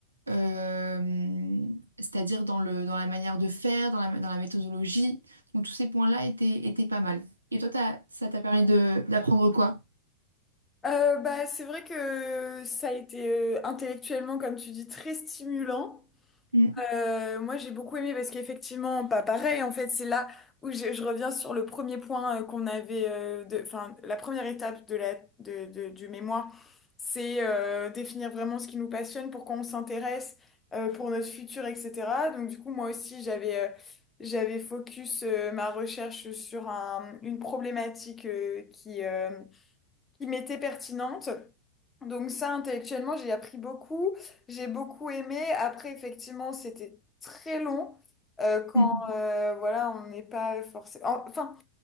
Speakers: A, on the right; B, on the left.
A: euh, c'est-à-dire dans le, dans la manière de faire, dans la, dans la méthodologie. Donc, tous ces points-là étaient, étaient pas mal. Et toi, t'as- ça t'a permis de, d'apprendre quoi?
B: Euh, bah c'est vrai que ça a été euh, intellectuellement, comme tu dis, très stimulant.
A: Mm,
B: Euh, moi, j'ai beaucoup aimé parce qu'effectivement, pas pareil. En fait, c'est là où je, je reviens sur le premier point euh, qu'on avait, euh, de, enfin, la première étape de la, de, de- du mémoire, c'est euh, définir vraiment ce qui nous passionne, pourquoi on s'intéresse, euh, pour notre futur, etc. Donc, du coup, moi aussi, j'avais euh, j'avais focus euh, ma recherche sur un, une problématique euh, qui, euh, qui m'était pertinente. Donc ça, intellectuellement, j'ai appris beaucoup. J'ai beaucoup aimé. Après, effectivement, c'était très long euh, quand
A: mm,
B: euh, voilà, on n'est pas forcément... Enfin,